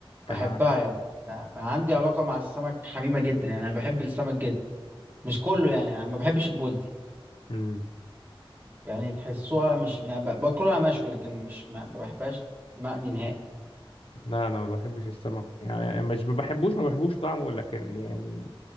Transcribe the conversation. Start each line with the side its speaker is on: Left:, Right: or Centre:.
Left: كان
Right: بحبها
Left: عارف
Right: يعني انا عندي علاقه مع السمك حميمه جدا يعني انا بحب السمك جدا مش كله يعني انا ما بحبش البولتي
Left: امم
Right: يعني تحسوها مش يعني ب- باكلها مشوي لكن مش ما ما بحبهاش مقلي نهائي
Left: لا انا ما بحبش السمك يعني مش ما بحبوش ما بحبوش طعمه لكن يعني